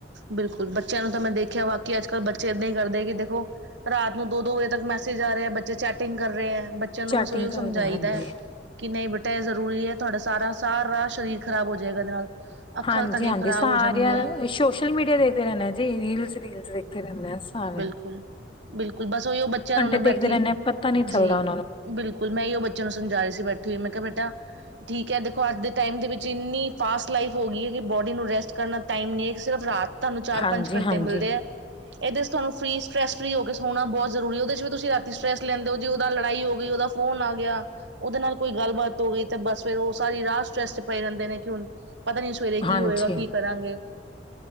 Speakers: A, on the right (about 80°); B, on the left (about 30°).
A: ਬਿਲਕੁਲ, ਬੱਚਿਆਂ ਨੂੰ ਤਾਂ ਮੈਂ ਦੇਖਿਆ ਬਾਕੀ ਅੱਜ ਕੱਲ੍ਹ ਬੱਚੇ ਏਦਾਂ ਹੀ ਕਰਦੇ ਕਿ ਦੇਖੋ ਰਾਤ ਨੂੰ ਦੋ, ਦੋ ਵਜੇ ਤੱਕ ਮੈਸੇਜ ਆ ਰਹਾ ਹੈ ਬੱਚੇ ਚੈਟਿੰਗ ਕਰ ਰਹੇ ਹੈ ਬੱਚਿਆਂ ਨੂੰ
B: ਚੈਟਿੰਗ
A: ਬਸ ਓਈਉ
B: ਕਰ
A: ਸਮਝਾਈਦਾ
B: ਰਹੇ ਹਾਂਜੀ
A: ਹੈ। ਕਿ ਨਹੀਂ ਬੇਟਾ ਇਹ ਜ਼ਰੂਰੀ ਹੈ ਤੁਹਾਡਾ ਸਾਰਾ ਸਾਰ ਰਾ ਸਰੀਰ ਖਰਾਬ ਹੋ ਜਾਏਗਾ ਇਹਦੇ ਨਾਲ। ਅੱਖਾਂ
B: ਹਾਂਜੀ,
A: ਤੁਹਾਡੀਆਂ
B: ਹਾਂਜੀ
A: ਖ਼ਰਾਬ
B: ਸਾਰੀਆਂ
A: ਹੋ ਜਾਣਗੀਆਂ
B: ਸੋਸ਼ਲ ਮੀਡੀਆ ਦੇਖਦੇ ਰਹਿਨਾ ਜੀ ਰੀਲਸ, ਰੀਲਸ ਦੇਖਦੇ ਰਹਿਨਾ ਆ ਸਾਰ
A: ਬਿਲਕੁਲ, ਬਿਲਕੁਲ ਬਸ ਉਹੀ ਉਹ ਬੱਚਿਆਂ ਨੇ ਉਹਨੇ
B: ਦੇਖਦੇ
A: ਬੈਠੀ
B: ਰਹਿੰਦੇ ਆ ਪਤਾ ਨੀ ਚੱਲਦਾ
A: ਜੀ।
B: ਉਹਨਾਂ ਨੂੰ
A: ਬਿਲਕੁਲ ਮੈਂ ਓਹੀਉ ਬੱਚਿਆਂ ਨੂੰ ਸਮਝਾ ਰਹੀ ਸੀ ਬੈਠੀ ਹੋਈ ਮੈਂ ਕਿਹਾ ਬੇਟਾ ਠੀਕ ਹੈ ਦੇਖੋ ਅੱਜ ਦੇ ਟਾਈਮ ਦੇ ਵਿੱਚ ਇੰਨੀ ਫਾਸਟ ਲਾਈਫ ਹੋ ਗਈ ਹੈ ਕਿ ਬੋਡੀ ਨੂੰ ਰੈਸਟ ਕਰਨਾ ਟਾਈਮ ਨਹੀਂ ਹੈ ਇੱਕ ਸਿਰਫ ਰਾਤ ਤੁਹਾਨੂੰ ਚਾਰ, ਪੰਜ
B: ਹਾਂਜੀ
A: ਘੰਟੇ
B: ਹਾਂਜੀ
A: ਮਿਲਦੇ ਆ। ਇਹਦੇ ਚ ਤੁਹਾਨੂੰ ਫਰੀ ਸਟਰੈੱਸ ਫਰੀ ਹੋ ਕੇ ਸੌਣਾ ਬਹੁਤ ਜ਼ਰੂਰੀ ਉਹਦੇ ਚ ਵੀ ਤੁਸੀਂ ਰਾਤੀ ਸਟਰੈੱਸ ਲੈਂਦੇ ਜੇ ਉਹਦਾ ਲੜਾਈ ਹੋ ਗਈ ਉਹਦਾ ਫੋਨ ਆ ਗਿਆ। ਉਹਦੇ ਨਾਲ ਕੋਈ ਗੱਲਬਾਤ ਹੋ ਗਈ ਤੇ ਬਸ ਫੇਰ ਉਹ ਸਾਰੀ ਰਾਤ ਸਟਰੈਸ ਚ ਪਏ ਰਹਿੰਦੇ ਨੇ ਕਿ ਹੁਣ ਪਤਾ ਨੀ ਸਵੇਰੇ ਕੀ
B: ਹਾਂਜੀ
A: ਹੋਏਗਾ ਕੀ ਕਰਾਂਗੇ?